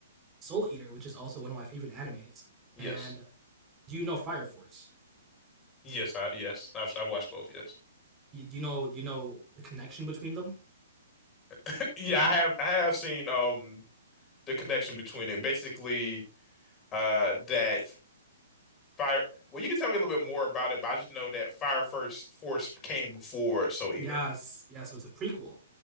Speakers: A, on the right (about 20°); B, on the left (about 20°).
A: soul eater which is also one of my favorite animes
B: Yes.
A: and do you know fire force
B: Yes, I yes. I've I watched both, yes.
A: do you know do you know the connection between them
B: <laughs> Yeah, I have I have seen um the connection between it. Basically, uh that Fire well you can tell me a little bit more about it, but I just know that Fire First Force came before Soul Eater.
A: yes yeah so it's a prequel